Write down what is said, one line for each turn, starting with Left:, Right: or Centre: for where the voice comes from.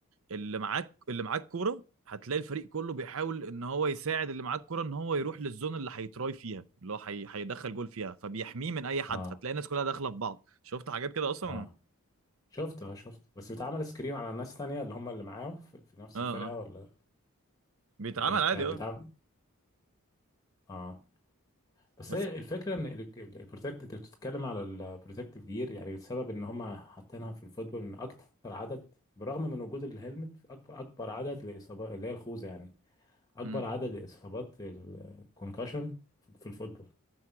Right: اللي معاك اللي معاك كوره هتلاقي الفريق كله بيحاول ان هو يساعد اللي معاه الكوره ان هو يروح للزون اللي هيتراي فيها اللي هو هي- هيدخل جول فيها فبيحميه من اي حد
Left: اه
Right: فتلاقي الناس كلها داخله في بعض شفت حاجات كده اصلا
Left: اه شفت اه شفت بس بيتعمل سكرين على ناس تانية اللي هم اللي معاه في, في نفس
Right: اه
Left: الفرقة
Right: اه
Left: ولا
Right: بيتعمل
Left: بت-
Right: عادي
Left: بتعمل
Right: اه
Left: اه بس
Right: بس
Left: هي الفكره ان البروتكت انت بتتكلم على البروتكتيف جير يعني السبب ان هم حاطينها في الفوتبول ان اكتر عدد برغم من وجود الهلمت اكبر اكبر عدد لاصابات اللي هي الخوذه يعني اكبر
Right: مم.
Left: عدد لاصابات الكونكشن في الفوتبول